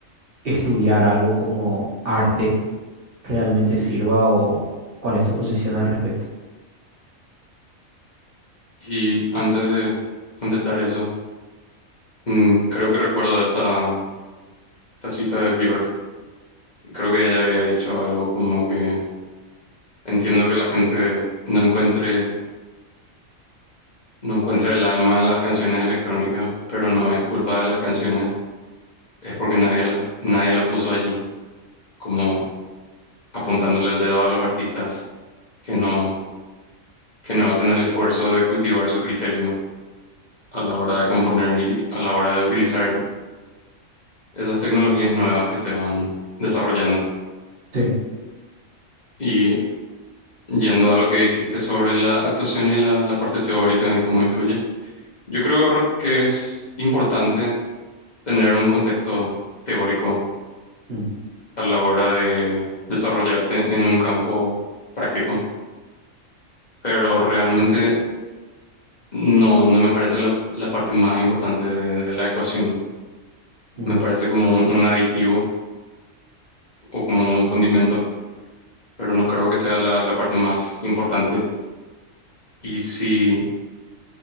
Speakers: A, on the right; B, on the left.
A: estudiar algo como arte realmente sirva o cuál es tu posición al respecto.
B: Y antes de contestar eso, mm, creo que recuerdo esta, esta cita de Bjork. Creo que ella había dicho algo como que entiendo que la gente no encuentre, no encuentra el alma en las canciones electrónicas, pero no es culpa de las canciones, es porque nadie la, nadie la puso allí, como apuntándole el dedo a los artistas que no, que no hacen el esfuerzo de cultivar su criterio a la hora de componer y a la hora de utilizar esas tecnologías nuevas que se van desarrollando.
A: Sí.
B: Y yendo a lo que dijiste sobre la actuación y la, la parte teórica y cómo influye, yo creo r- que es importante tener un contexto teórico
A: Mm,
B: a la hora de desarrollarte en un campo práctico, pero realmente no, no me parece la, la parte más importante de de la ecuación. Me
A: mm.
B: parece como un un aditivo o como un condimento pero no creo que sea la, la parte más importante. Y si,